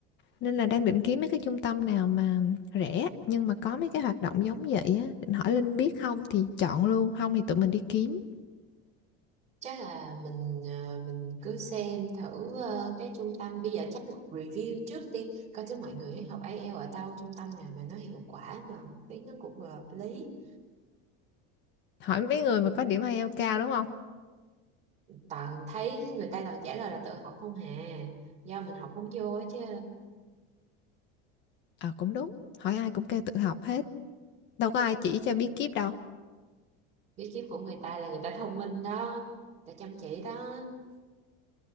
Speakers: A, on the left (about 40°); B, on the right (about 25°).
A: nên là đang định kiếm mấy cái trung tâm nào mà rẻ nhưng mà có mấy cái hoạt động giống vậy á định hỏi Linh biết không thì chọn luôn không thì tụi mình đi kiếm
B: chắc là mình ờ, mình cứ xem thử ờ, cái trung tâm bây giờ chắc là review trước đi coi thử mọi người học IELTS ở đâu trung tâm nào mà nó hiệu quả mà học phí nó cũng vừa hợp lý
A: hỏi mấy người mà có điểm IELTS cao đúng không?
B: toàn thấy người ta toàn trả lời là tự học không hà do mình học không vô á chứ
A: Ờ cũng đúng, hỏi ai cũng kêu tự học hết, đâu có ai chỉ cho bí kíp đâu.
B: bí kíp của người ta là người ta thông minh đó người ta chăm chỉ đó